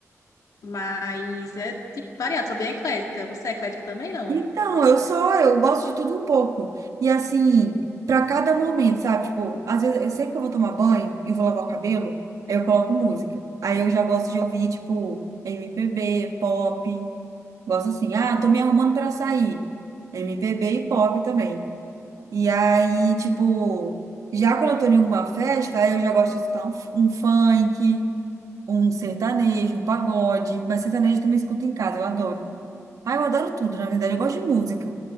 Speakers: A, on the left; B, on the right.
A: Mas é tipo variado, sou bem eclética. Você é eclética também, não?
B: Então, eu só, eu gosto de tudo um pouco. E assim, pra cada momento, sabe? Tipo, às vezes, eu- sempre que eu vou tomar banho, eu vou lavar o cabelo, aí eu coloco música. Aí eu já gosto de ouvir, tipo, MPB, pop. Gosto assim, ah, tô me arrumando pra sair. MPB e pop também. E aí, tipo, já quando eu tô em alguma festa, aí eu já gosto de escutar um, f- um funk, um sertanejo, um pagode. Mas sertanejo eu também escuto em casa, eu adoro. Ah, eu adoro tudo, na verdade. Eu gosto de música.